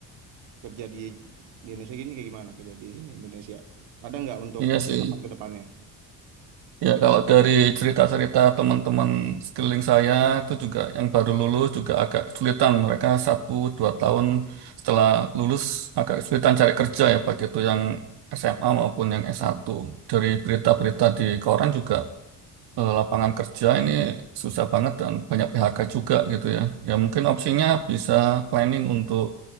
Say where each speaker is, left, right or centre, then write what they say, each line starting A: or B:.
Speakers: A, on the right; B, on the right.
A: kerja di di Indonesia gini kayak gimana kerja di sini Indonesia? Ada nggak untuk
B: Iya sih.
A: apa ke depannya?
B: Ya, kalau dari cerita-cerita teman-teman sekeliling saya itu juga yang baru lulus juga agak kesulitan. Mereka satu dua tahun setelah lulus agak kesulitan cari kerja ya, baik itu yang SMA maupun yang s satu Dari berita-berita di koran juga eh, lapangan kerja ini susah banget dan banyak PHK juga gitu ya. Ya mungkin opsinya bisa planning untuk